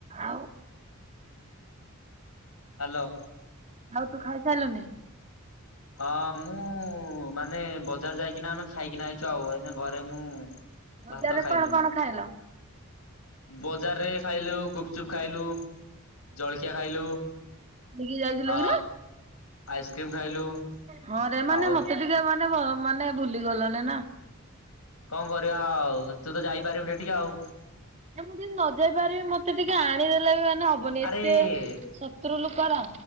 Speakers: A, on the right; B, on the left.
A: ଆଉ।
B: ହ୍ୟାଲୋ
A: ହଉ ତୁ ଖାଇସାରିଲୁନି?
B: ହଁ ମୁଁ ମାନେ ବଜାର ଯାଇକିନା ଆମେ ଖାଇକିନା ଆଇଛୁ ଆଉ। ଏଇ ଘରେ ମୁଁ
A: ବଜାରରେ
B: ଭାତ ଖାଇଲିଣିି
A: କଣ କଣ ଖାଇଲ?
B: ବଜାରରେ ଖାଇଲୁ ଗୁପଚୁପ ଖାଇଲୁ। ଜଳଖିଆ ଖାଇଲୁ
A: ନେଇକି ଯାଇଥିଲୁ
B: ଆ
A: କିରେ?
B: ଆଇସ୍କ୍ରିମ୍ ଖାଇଲୁ।
A: ହଁରେ ମାନେ
B: ଆଉ
A: ମତେ ଟିକେ ମାନେ ମାନେ ଭୁଲି ଗଲଣି ନା?
B: କଣ କରିବା ଆଉ ତୁ ତ ଯାଇପାରିବୁନି ଟିକେ ଆଉ।
A: ମୁଁ ଯଦି ନ ଯାଇ ପାରିବି ମତେ ଟିକେ ଆଣିଦେଲେ ବି ମାନେ ନି
B: ଆରେ
A: ଏତେ ଶତ୍ରୁ ଲୋକ ରା